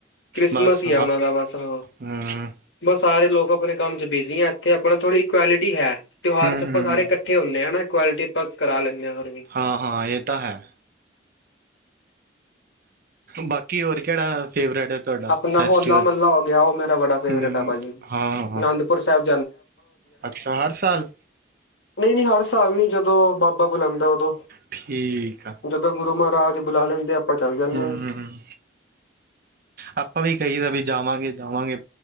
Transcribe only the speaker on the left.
ਕ੍ਰਿਸਮਸ
ਹੀ ਆ ਉਹਨਾਂ ਦਾ ਬਸ ਹਾਂ
ਬਸ ਸਾਰੇ ਲੋਕ ਆਪਣੇ ਕੰਮ ਚ ਬਿਜ਼ੀ ਆ ਇਥੇ ਆਪਣਾ ਥੋੜੀ ਇਕੁਐਲਿਟੀ ਹੈ ਤਿਉਹਾਰ
ਚ ਆਪਾਂ
ਸਾਰੇ ਕੱ। ਇੱਥੇ ਹੁੰਨੇ ਆਂ ਨਾ ਕੁਆਲਟੀ ਆਪਾ ਕਰਾ ਲੈਂਨੇ ਹੋਰ ਵੀ।
ਆਪਣਾ
ਹੋਲਾ ਮਹੱਲਾ ਹੋ ਗਿਆ ਉਹ ਮੇਰਾ ਬੜਾ ਫੇਵਰੇਟ
ਆ ਭਾਜੀ।
ਅਨੰਦਪੁਰ ਸਾਹਿਬ
ਨਈ-ਨਈ, ਹਰ ਸਾਲ ਨੀ ਜਦੋਂ ਬਾਬਾ ਬੁਲਾੰਦਾ ੳਦੋਂ।
ਜਦੋਂ ਗੁਰੂ ਮਾਰਾਜ ਬੁਲਾ ਲੈਂਦੇ, ਆਪਾਂ ਚੱਲ ਜਾਂਨੇ
ਆ।